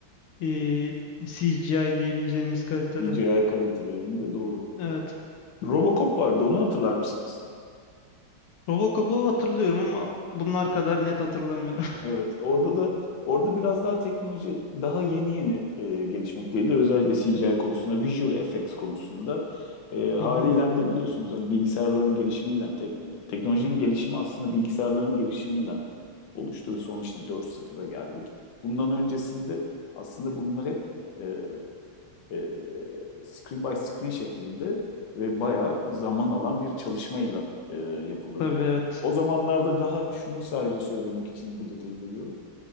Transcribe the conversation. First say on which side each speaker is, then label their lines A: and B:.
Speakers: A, on the left; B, on the left.
A: e, CGI diyebileceğimiz kalitede.
B: DJI kalitelerinde doğru.
A: Evet.
B: Robocop vardı onu hatırlar mısınız?
A: Robocop'u hatırlıyorum ama bunlar kadar net hatırlamıyorum.
B: Evet orada da orada biraz daha teknoloji daha yeni yeni e, gelişmekteydi. Özellikle CGI konusunda, visual effects konusunda e, haliyle
A: <laughs> Hı hı.
B: de biliyorsunuz hani bilgisayarların gelişimiyle tekno- teknolojinin gelişimi aslında bilgisayarların gelişimiyle oluştu ve sonra işte 4.0'a geldik. Bundan öncesinde aslında bunlar hep e, e, e, screen by screen şeklinde ve bayağı zaman alan bir çalışmayla e, yapılırdı.
A: Tabii evet.
B: O zamanlarda daha şunu sadece söylemek için bu detayı veriyorum.